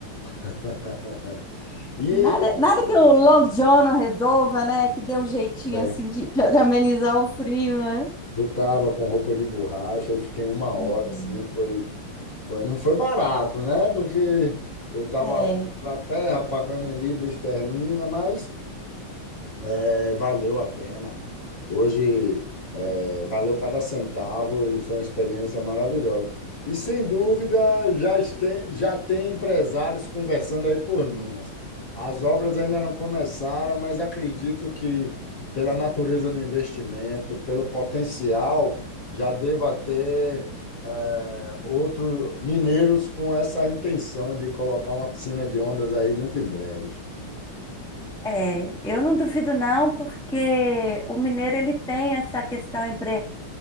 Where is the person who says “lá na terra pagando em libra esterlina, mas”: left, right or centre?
Left